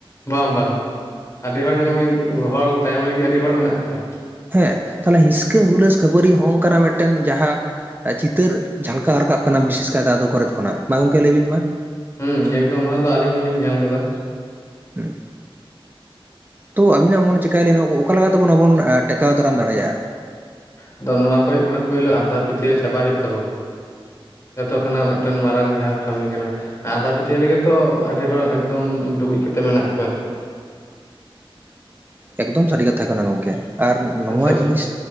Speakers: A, on the left; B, on the right.
A: ᱵᱟᱝ ᱵᱟᱝ ᱟᱹᱰᱤ ᱦᱚᱲ ᱧᱮᱞ ᱢᱮ ᱩᱱᱤ ᱦᱚᱲ ᱛᱟᱭᱚᱢ ᱞᱟᱹᱜᱤᱫ ᱟᱹᱰᱤ ᱦᱚᱲ ᱢᱮᱱᱟᱜ ᱠᱚᱣᱟ᱾
B: ᱦᱮᱸ ᱛᱟᱦᱚᱞᱮ ᱦᱤᱥᱠᱟᱹ ᱦᱩᱞᱟᱹᱥ ᱠᱷᱟᱹᱯᱟᱹᱨᱤ ᱦᱚᱸ ᱟᱱᱠᱟᱱᱟᱜ ᱢᱤᱫᱴᱮᱱ ᱡᱟᱦᱟᱸ ᱾ ᱪᱤᱛᱟᱹᱨ ᱡᱷᱟᱞᱠᱟᱣ ᱨᱟᱠᱟᱵ ᱠᱟᱱᱟ ᱵᱤᱥᱮᱥ ᱠᱟᱭᱛᱮ ᱟᱛᱩ ᱠᱚᱨᱮᱫ ᱠᱷᱚᱱᱟᱜ ᱢᱟ ᱜᱚᱝᱠᱮ ᱞᱟᱹᱭᱵᱤᱱ ᱢᱟ ᱾
A: ᱦᱩᱸ ᱮᱠᱫᱚᱢ ᱱᱚᱣᱟ ᱫᱚ ᱟᱹᱞᱤᱧ ᱦᱚᱞᱤᱧ ᱧᱮᱞ ᱟᱠᱟᱫᱟ᱾
B: ᱦᱮᱸ ᱛᱚ ᱟᱹᱵᱤᱱᱟᱜ ᱢᱚᱱ ᱪᱮᱠᱟᱹᱭ ᱞᱟᱹᱭᱟ ᱱᱚᱣᱟ ᱚᱠᱟ ᱞᱮᱠᱟᱛᱮ ᱵᱚᱱ ᱟᱵᱚᱱ ᱴᱮᱠᱟᱣ ᱫᱟᱨᱟᱢ ᱫᱟᱲᱮᱭᱟᱜᱼᱟ᱾
A: ᱟᱫᱚ ᱱᱚᱣᱟ ᱠᱚ ᱦᱩᱭᱩᱜ ᱠᱟᱱᱟ ᱯᱩᱹᱭᱞᱩ ᱟᱸᱫᱷᱟ ᱯᱟᱹᱛᱭᱟᱹᱣ ᱪᱟᱵᱟ ᱦᱩᱭᱩᱜ ᱛᱟᱵᱚᱱᱟ ᱡᱚᱛᱚ᱾ ᱚᱱᱟ ᱢᱤᱫᱴᱟᱝ ᱢᱟᱨᱟᱝ ᱡᱟᱦᱟᱸ ᱠᱟᱹᱢᱤ ᱠᱟᱱᱟ᱾ ᱟᱸᱫᱷᱟ ᱯᱟᱹᱛᱭᱟᱹᱣ ᱨᱮᱜᱮ ᱛᱚ ᱟᱹᱰᱤ ᱦᱚᱲ ᱮᱠᱫᱚᱢ ᱰᱩᱵᱩᱡᱽ ᱠᱟᱛᱮᱫ ᱢᱮᱱᱟᱜ ᱠᱚᱣᱟ᱾
B: ᱮᱠᱫᱚᱢ ᱥᱟᱹᱨᱤ ᱠᱟᱛᱷᱟ ᱠᱟᱱᱟ ᱜᱚᱝᱠᱮ ᱟᱨ
A: ᱦᱮᱸ
B: ᱱᱚᱣᱟ
A: ᱥᱮ ᱵᱟᱝ
B: ᱡᱤᱱᱤᱥ᱾